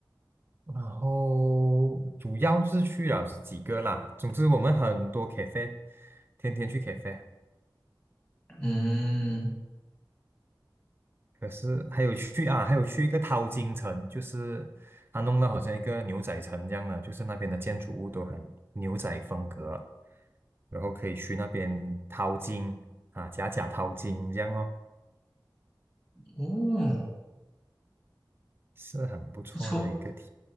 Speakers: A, on the right; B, on the left.
A: 然后主要是去了是几个啦，总之我们很多 cafe，天天去 cafe，
B: 嗯，
A: 可是还有去啊，还有去一个淘金城，就是它弄得好像一个牛仔城一样的，就是那边的建筑物都很牛仔风格，然后可以去那边淘金啊，假假淘金这样哦，
B: 哦，
A: 是很不错的一个体，
B: 不错，